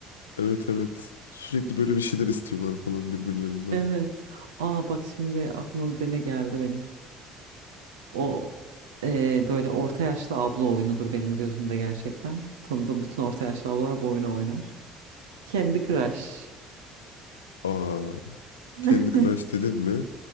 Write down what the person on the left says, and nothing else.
Evet evet. Sürekli böyle bir şeyler istiyorlar falan birbirlerinden.
Aa,
Candy Crush dedin mi?